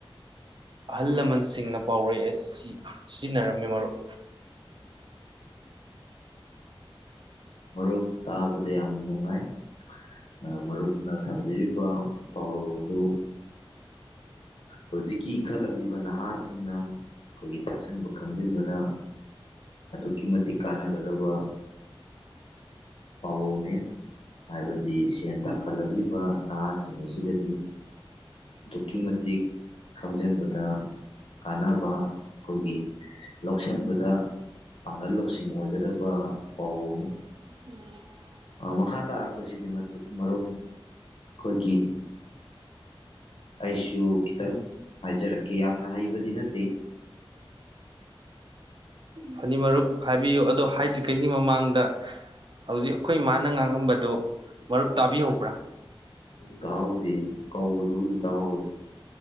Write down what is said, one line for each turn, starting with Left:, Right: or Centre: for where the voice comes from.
Right: ꯑꯍꯜ ꯂꯃꯟꯁꯤꯡꯅ ꯄꯥꯎꯔꯩ ꯑꯁꯤ ꯁꯤꯖꯤꯟꯅꯔꯝꯃꯤ ꯃꯔꯨꯞ
Left: ꯃꯔꯨꯞ ꯇꯥꯕꯗ ꯌꯥꯝ ꯅꯨꯡꯉꯥꯏ ꯑ ꯃꯔꯨꯞꯅ ꯊꯝꯕꯤꯔꯤꯕ ꯄꯥꯎꯔꯧ ꯑꯗꯨ ꯍꯧꯖꯤꯛꯀꯤ ꯏꯟꯈꯠꯂꯛꯂꯤꯕ ꯅꯍꯥꯁꯤꯡꯅ ꯑꯩꯈꯣꯏꯒꯤ ꯇꯥꯁꯟꯕ ꯈꯪꯖꯤꯟꯕꯗ ꯑꯗꯨꯛꯀꯤ ꯃꯇꯤꯛ ꯀꯥꯟꯅꯒꯗꯕ ꯄꯥꯎꯔꯧꯅꯦ ꯍꯥꯏꯕꯗꯤ ꯁꯦꯟ ꯇꯥꯡꯈꯠꯂꯛꯂꯤꯕ ꯅꯍꯥꯁꯤꯡ ꯑꯁꯤꯗꯗꯤ ꯑꯗꯨꯛꯀꯤ ꯃꯇꯤꯛ ꯈꯪꯖꯟꯕꯗ ꯀꯥꯟꯅꯕ ꯑꯩꯈꯣꯏꯒꯤ ꯂꯧꯁꯤꯟꯕꯗ ꯄꯥꯡꯒꯜ ꯂꯧ ꯂꯧꯁꯤꯡ ꯑꯣꯏꯒꯗꯕ ꯄꯥꯎꯔꯧꯅꯤ
Right: <inaudible>
Left: ꯑꯥ ꯃꯈꯥ ꯇꯥꯔꯛꯄꯁꯤꯗꯤ ꯃꯔꯨꯞ ꯑꯩꯈꯣꯏꯒꯤ ꯑꯩꯁꯨ ꯈꯤꯇꯪ ꯍꯥꯏꯖꯔꯛꯀꯦ ꯌꯥꯝꯅ ꯍꯩꯕꯗꯤ ꯅꯠꯇꯦ
Right: ꯐꯅꯤ ꯃꯔꯨꯞ ꯍꯥꯏꯕꯤꯌꯨ ꯑꯗꯣ ꯍꯥꯏꯗ꯭ꯔꯤꯉꯩꯒꯤ ꯃꯃꯥꯡꯗ ꯍꯧꯖꯤꯛ ꯑꯩꯈꯣꯏ ꯏꯃꯥꯅ ꯉꯥꯡꯉꯝꯕꯗꯨ ꯃꯔꯨꯞ ꯇꯥꯕꯤꯍꯧꯕ꯭ꯔꯥ
Left: ꯇꯥꯥꯍꯧꯗꯤꯌꯦ ꯀꯧꯕꯗꯨꯕꯨꯗꯤ ꯇꯥꯍꯧꯋꯦ